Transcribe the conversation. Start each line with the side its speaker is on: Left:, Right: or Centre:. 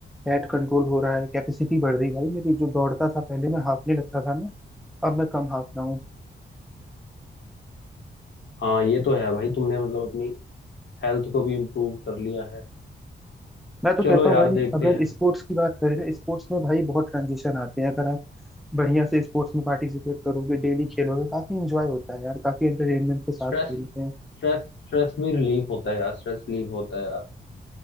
Centre: फैट कंट्रोल हो रहा है कैपेसिटी बढ़ रही है भाई मेरी जो दौड़ता था पहले मैं हाफने लगता था ना अब मैं कम हाफ रहा हूँ
Left: हाँ ये तो है भाई तुमने मतलब अपनी हेल्थ को भी इम्प्रूव कर लिया है
Centre: मैं तो
Left: चलो
Centre: कहता
Left: यार
Centre: हूँ भाई
Left: देखते
Centre: अगर
Left: हैं
Centre: स्पोर्ट्स की बात करें ना स्पोर्ट्स में भाई बहुत ट्रांजिशन आते हैं अगर आप बढ़िया से स्पोर्ट्स में पार्टिसिपेट करोगे डेली खेलोगे काफी एंजॉय होता है यार काफी एंटरटेनमेंट के साथ
Left: स्ट्रेस
Centre: खेलते
Left: स्ट्रेस
Centre: हैं
Left: स्ट्रेस भी रिलीफ होता है यार स्ट्रेस रिलीफ होता है यार